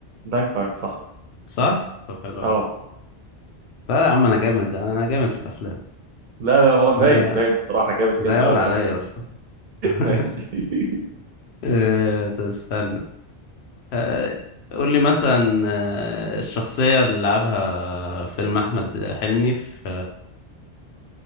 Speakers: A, on the right; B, on the left.
A: دانكرك صح
B: صح؟ طب حلو
A: اه
B: أوي لا لا يا عم أنا جامد أنا جامد في الأفلام
A: لا ده هو باين
B: آه...
A: باين بصراحة جامد
B: لا
A: جامد
B: يعلى
A: قوي
B: عليا
A: <laughs>
B: يا اسطى <laughs>
A: ماشي
B: آه... طب استنى آه... قول لي مثلا آه... الشخصية اللي لعبها فيلم أحمد حلمي في